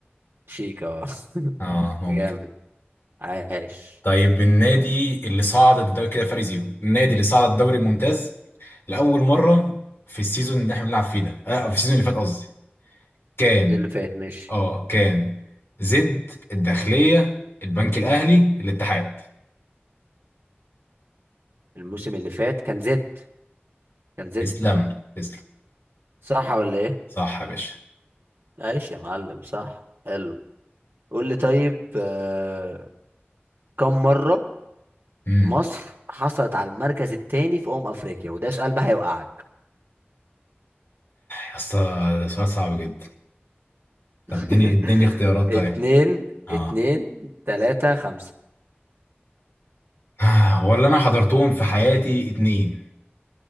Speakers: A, on the right (about 65°); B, on the left (about 65°).
A: شيك اه <laughs>
B: اه ممكن
A: جامد عاش
B: طيب النادي اللي صعد الدوري كده فرق زيرو النادي اللي صعد الدوري الممتاز لأول مرة في السيزون اللي احنا بنلعب فيه ده آه في السيزون اللي فات قصدي كان
A: ده اللي فات ماشي
B: اه كان زد الداخلية البنك الأهلي الاتحاد
A: الموسم اللي فات كان زد كان زد
B: تسلم تسلم
A: صح ولا ايه
B: صح يا باشا
A: عاش يا معلم صح حلو قول لي طيب آه، كم مرة
B: امم
A: مصر حصلت على المركز الثاني في أمم أفريقيا وده سؤال بقى هيوقعك
B: يا اسطى ده سؤال صعب جدا
A: <laughs>
B: طب اديني اديني اختيارات
A: اتنين
B: طيب اه
A: اتنين تلاتة خمسة
B: آه، ولا انا حضرتهم في حياتي اتنين